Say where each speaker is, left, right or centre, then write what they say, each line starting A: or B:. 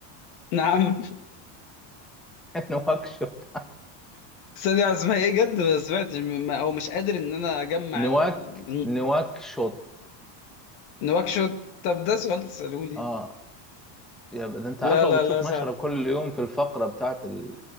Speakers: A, on the left (about 70°); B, in the centre.
A: نعم
B: <laughs> نواكشوط
A: <laughs> ثانية اسمها ايه جد ما سمعتش م- ما- او مش قادر ان انا اجمع
B: نواك
A: ال...
B: نواكشوط
A: نواكشوت طب ده سؤال تسألوه لي
B: اه يا ب- ده انت
A: لا
B: عارف لو
A: لا
B: بتشوف
A: لا صعب
B: نشرة كل يوم في الفقرة بتاعت ال-